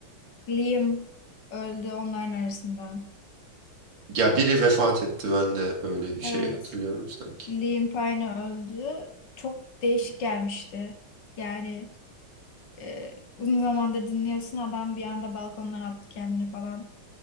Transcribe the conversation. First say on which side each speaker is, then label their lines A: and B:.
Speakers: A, on the left (about 60°); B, on the right (about 65°).
A: Liam öldü onların arasından.
B: Ya biri vefat etti ben de öyle bir
A: Evet.
B: şey hatırlıyorum sanki.
A: Liam Payne öldü. Çok değişik gelmişti. Yani e, uzun zamandır dinliyorsun adam bir anda balkondan attı kendini falan.